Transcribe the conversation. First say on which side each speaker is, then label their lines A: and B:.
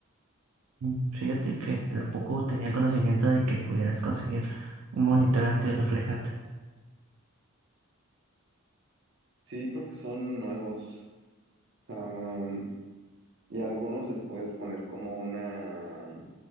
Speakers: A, on the right; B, on the right.
A: Mm, Fíjate que tampoco tenía conocimiento de que pudieras conseguir un monitor antirreflejante.
B: Sí, creo que son nuevos. Am, y algunos les puedes poner como una